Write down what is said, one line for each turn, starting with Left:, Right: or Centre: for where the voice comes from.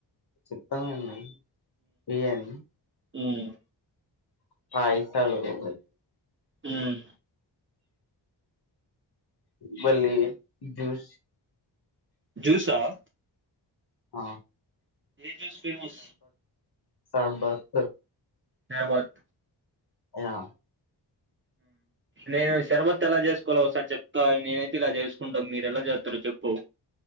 Left: చెప్తా అండి బిర్యానీ
Right: హ్మ్
Left: పైసలు ఓ
Right: హ్మ్
Left: బల్లీ జూస్
Right: జ్యూస్ ఆహ్
Left: ఆ
Right: ఎ ఫేమస్
Left: సాబత్
Right: క్యా బాత్
Left: యా
Right: నేను సర్భత్ ఎలా చేసుకోలో ఒకసారి చెప్తా నేనైతే ఇలా చేసుకుంటాం మీరు ఎలా చేస్తారో చెప్పు